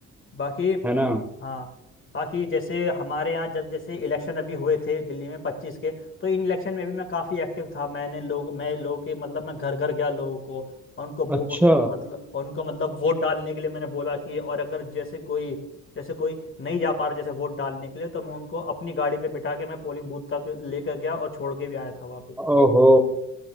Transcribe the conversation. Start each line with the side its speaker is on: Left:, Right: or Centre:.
Left: बाकी
Centre: है ना
Left: हाँ बाकी जैसे हमारे यहाँ जब जैसे इलेक्शन अभी हुए थे दिल्ली में पच्चीस के तो इन इलेक्शन में भी मैं काफ़ी एक्टिव था मैंने लोग मैं लोगों के मतलब मैं घर घर गया लोगों को और उनको वो
Centre: अच्छा
Left: उनको मतलब उनको मतलब वोट डालने के लिए मैंने बोला कि और अगर जैसे कोई जैसे कोई नहीं जा पा रहा जैसे वोट डालने के लिए तो मैं उनको अपनी गाड़ी पे बिठा के मैं पोलिंग बूथ तक लेकर गया और छोड़ के भी आया था वापस।
Centre: ओहो